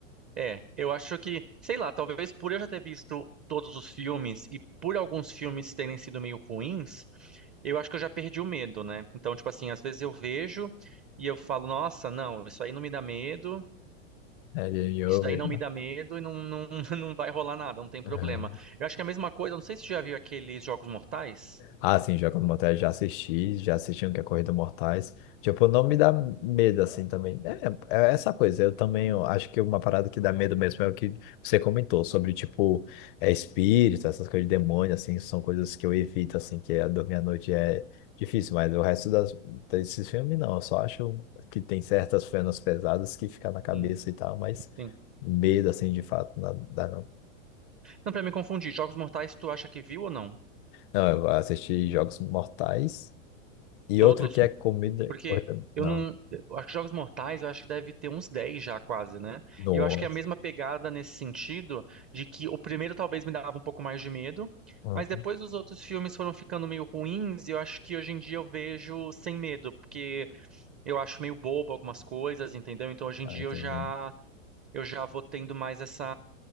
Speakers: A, on the right; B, on the left.
A: É, eu acho que, sei lá, talvez por eu já ter visto todos os filmes e por alguns filmes terem sido meio ruins, eu acho que eu já perdi o medo, né? Então, tipo assim, às vezes eu vejo e eu falo, nossa, não, isso aí não me dá medo,
B: É game over,
A: isso daí não
B: né?
A: me dá medo e não, não, <laughs> não vai rolar nada, não tem problema.
B: Ah.
A: Eu acho que é a mesma coisa, não sei se você já viu aqueles Jogos Mortais.
B: Ah, sim, Jogos Mortais já assisti, já assisti um que é Corrida Mortais. Tipo, não me dá medo assim também. É, é essa coisa. Eu também eu acho que uma parada que dá medo mesmo é o que você comentou sobre, tipo, é espírito, essas coisas de demônio, assim, são coisas que eu evito, assim, que é dormir à noite é difícil, mas o resto das, desses filmes não. Eu só acho que tem certas cenas pesadas que ficam na cabeça
A: Sim,
B: e tal, mas
A: sim.
B: medo, assim, de fato, não dá não.
A: Não, pra me confundir, Jogos Mortais tu acha que viu ou não?
B: Não, eu assisti Jogos Mortais. E
A: Todos.
B: outro que é comida.
A: Porque eu
B: Não.
A: não. eu Acho que Jogos Mortais, eu acho que deve ter uns 10 já, quase, né?
B: No.
A: E eu acho que é a mesma pegada nesse sentido, de que o primeiro talvez me dava um pouco mais de medo,
B: Uhum.
A: mas depois os outros filmes foram ficando meio ruins, e eu acho que hoje em dia eu vejo sem medo, porque eu acho meio bobo algumas coisas, entendeu? Então hoje em
B: Ah,
A: dia
B: entendi.
A: eu já. Eu já vou tendo mais essa.